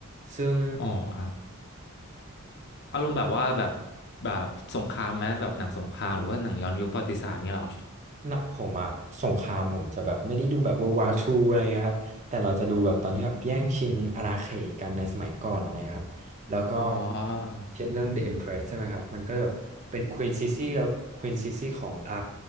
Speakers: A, on the right; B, on the left.
A: ซึ่ง
B: อ๋อครับ อารมณ์แบบว่าแบบแบบสงครามไหมแบบหนังสงครามหรือว่าหนังย้อนยุคประวัติศาสตร์เงี้ยเหรอ
A: นะผมอะสงครามผมจะแบบไม่ได้ดูแบบ World War II อะไรเงี้ยครับแต่เราจะดูแบบตอนที่แบบแย่งชิงอาณาเขตกันในสมัยก่อนอะไรเงี้ยครับแล้วก็
B: อ๋อ
A: เช่นเรื่อง The Empress ใช่ไหมครับมันก็จะเป็น Queen Sisi แล้ว Queen Sisi ของอ่า